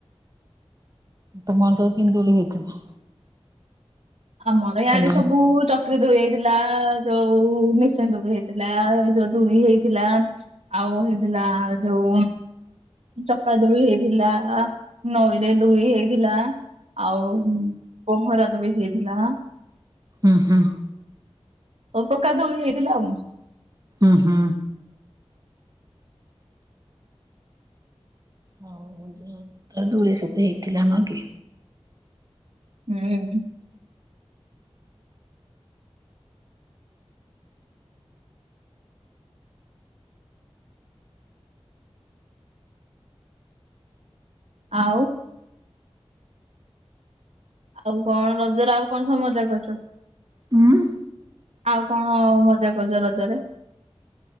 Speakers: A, on the right; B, on the right.
A: ତମର ସବୁ କିନ୍ତି ଦୋଳି ହେଇଥିଲା?
B: ଆମର ଇଆଡେ
A: ଭଲ
B: ସବୁ ଚକ୍ ଚକ୍ରୀ ଦୋଳି ହେଇଥିଲା ଯଉ ନିଶୁଣି ଦୋଳି ହେଇଥିଲା ଯଉ ଦୁଳି ହେଇଥିଲା। ଆଉ ହେଇଥିଲା ଯଉ ଚକା ଦୋଳି ହେଇଥିଲା ନଈରେ ଦୁଲି ହେଇଥିଲା ଆଉ ପଂହଁରା ଦୋଳି ହେଇଥିଲା।
A: ଉଁ- ହୁଁ।
B: ସବୁ ପ୍ରକାର ଦୋଳି ହେଇଥିଲା ଆଉ।
A: ଉଁ- ହୁଁ। ହଉ <unintelligible> ଦୋଳି ସବୁ ହେଇଥିଲା ନୁହଁ କି?
B: ହୁଁ। ଆଉ ଆଉ କଣ ରଜରେ ଆଉ କଣ ସବୁ ମଜା କରିଚ?
A: ଉଁ
B: ଆଉ କଣ ମଜା କରିଚ ରଜରେ?